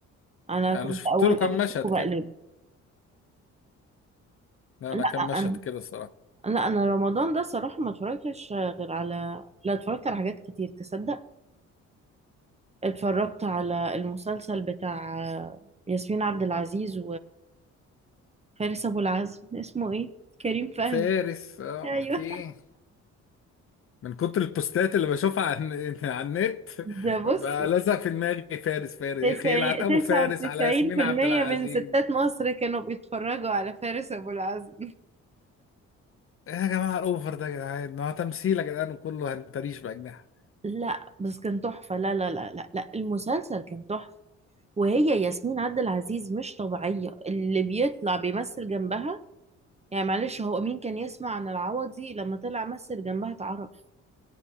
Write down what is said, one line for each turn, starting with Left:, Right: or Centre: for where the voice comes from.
Right: انا
Left: يعني
Right: كنت
Left: انا شفت
Right: اول
Left: له
Right: ما
Left: كام
Right: بشوفه
Left: مشهد
Right: بقلبه
Left: كده لا
Right: لا
Left: انا كام مشهد
Right: انا
Left: كده الصراحه
Right: لا انا رمضان ده صراحه ما اتفرجتش غير على لا اتفرجت على حاجات كتير تصدق اتفرجت على المسلسل بتاع ياسمين عبد العزيز وفارس ابو العزم اسمه ايه كريم فهمي
Left: فارس آه،
Right: ايوه
Left: اوكي من كتر البوستات اللي بشوفها عن <laughs> على النت
Right: ده
Left: بقى
Right: بص
Left: لازق في دماغي فارس فارس
Right: تسعين
Left: يا اخي يلعن ابو
Right: تسعة
Left: فارس
Right: وتسعين
Left: على ياسمين
Right: في
Left: عبد
Right: المية
Left: العزيز
Right: من ستات مصر كانوا بيتفرجوا على فارس أبو العزم
Left: إيه يا جماعه الاوفر ده يا جدعان ما هو تمثيل يا جدعان وكله هنتريش باجنحه
Right: لا بس كان تحفة لا لا لا لا لا المسلسل كان تحفة وهي ياسمين عبد العزيز مش طبيعية اللي بيطلع بيمثل جنبها يعني معلش هو مين كان يسمع عن العوضي لما طلع مثل جنبها اتعرف